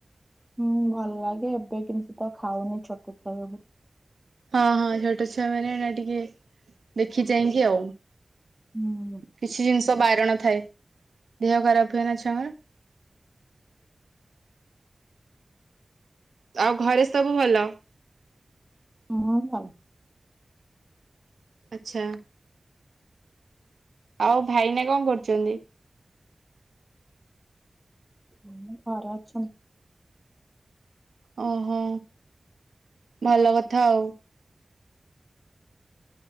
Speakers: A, in the centre; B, on the right.
A: ହୁଁ ଭଲ ଲାଗେ ଏବେ କେମତି ତ ଖାଉନି ଛୋଟ ଛୁଆ ଯୋଗୁ।
B: ହଁ ହଁ ଛୋଟ ଛୁଆ ମାନେ ଏ ଟିକେ ଦେଖି ଯାଇକି ଆଉ
A: ହୁଁ।
B: କିଛି ଜିନିଷ ବାରଣ ଥାଏ ଦେହ ଖରାପ ହୁଏ ନା ଛୁଆଙ୍କର? ଆଉ ଘରେ ସବୁ ଭଲ?
A: ମୁଁ ଭଲ୍
B: ଆଚ୍ଛା। ଆଉ ଭାଇନା କଣ କରୁଛନ୍ତି?
A: ଉଁ ଘର ଅଛନ୍ତି।
B: ଓହୋ ଭଲ କଥା ଆଉ।